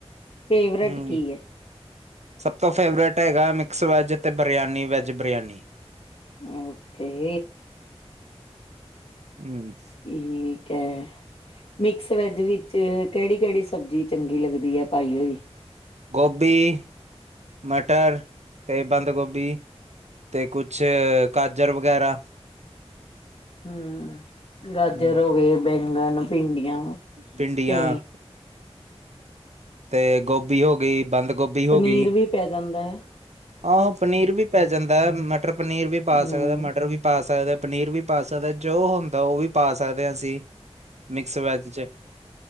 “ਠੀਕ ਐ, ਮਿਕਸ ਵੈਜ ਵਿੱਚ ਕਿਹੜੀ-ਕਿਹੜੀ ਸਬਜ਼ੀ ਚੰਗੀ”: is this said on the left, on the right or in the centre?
Left